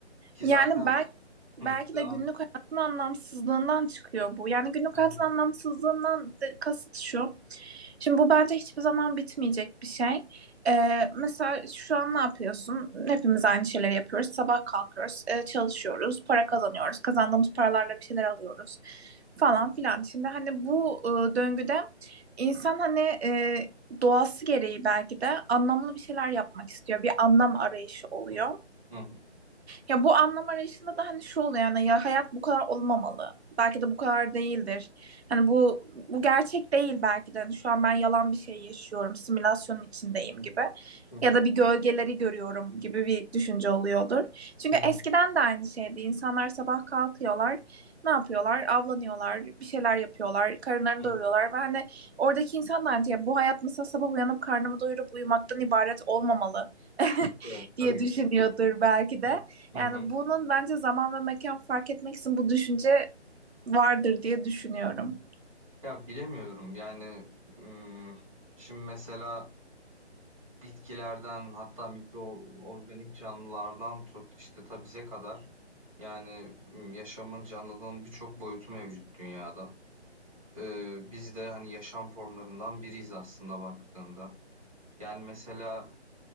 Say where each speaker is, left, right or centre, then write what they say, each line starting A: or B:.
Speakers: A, on the right; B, on the right.
A: Ki
B: Yani
A: zaten
B: belki, belki
A: Hı, devam.
B: de günlük hayatın anlamsızlığından çıkıyor bu. Yani günlük
A: Hı hı,
B: hayatın anlamsızlığından de- kasıt şu. Şimdi bu bence hiçbir zaman bitmeyecek bir şey. Ee, mesela şu an ne yapıyorsun? Hepimiz aynı şeyleri yapıyoruz. Sabah kalkıyoruz, e, çalışıyoruz, para
A: hı
B: kazanıyoruz.
A: hı,
B: Kazandığımız paralarla bir şeyler alıyoruz falan filan. Şimdi hani bu e, döngüde insan hani e, doğası gereği belki de anlamlı bir şeyler yapmak istiyor. Bir anlam
A: hı
B: arayışı oluyor.
A: hı, hı hı,
B: Ya bu anlam arayışında da hani şu oluyor yani ya hayat bu kadar olmamalı. Belki de bu kadar değildir. Hani bu bu gerçek değil belki de. Hani şu an ben yalan bir şey yaşıyorum, simülasyonun içindeyim gibi.
A: hı hı,
B: Ya
A: hı hı,
B: da bir gölgeleri görüyorum gibi bir düşünce oluyordur. Çünkü
A: hı hı,
B: eskiden de aynı şeydi. İnsanlar sabah kalkıyorlar, ne yapıyorlar? Avlanıyorlar, bir şeyler yapıyorlar, karınlarını
A: hı
B: doyuruyorlar
A: hı.
B: ve hani oradaki insan da hani ya bu hayat mesela sabah uyanıp karnımı doyurup uyumaktan ibaret olmamalı <laughs>
A: Evet,
B: diye
A: tabii
B: düşünüyordur
A: ki.
B: belki de.
A: Hı hı.
B: Yani
A: hı.
B: bunun bence zaman ve mekan fark etmeksizin bu düşünce vardır diye düşünüyorum.
A: Ya bilemiyorum yani ım, şimdi mesela bitkilerden hatta mikroorganik canlılardan tut işte tabize kadar yani ım, yaşamın canlılığın birçok boyutu mevcut dünyada. Ee, biz de hani yaşam formlarından biriyiz aslında baktığında. Yani mesela